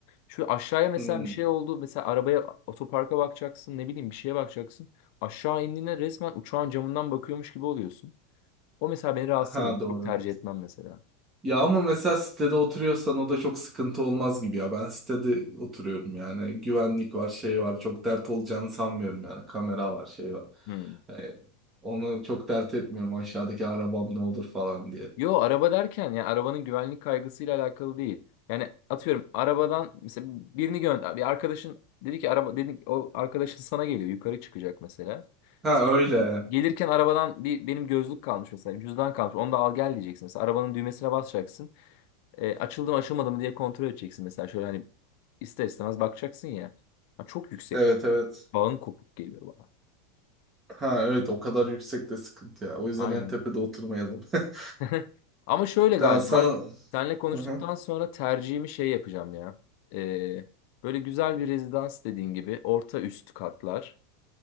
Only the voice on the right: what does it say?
hmm.
Ha,
doğru.
Ya ama mesela sitede oturuyorsan o da çok sıkıntı olmaz gibi ya. Ben sitede oturuyorum yani. Güvenlik var, şey var. Çok dert olacağını sanmıyorum yani. Kamera var, şey var.
Ee, onu çok dert etmiyorum aşağıdaki arabam ne olur falan diye.
Ha
öyle.
Evet evet.
Ha evet o kadar yüksekte sıkıntı ya. O yüzden
en tepede oturmayalım. <laughs>
Ya sana
Hı hı.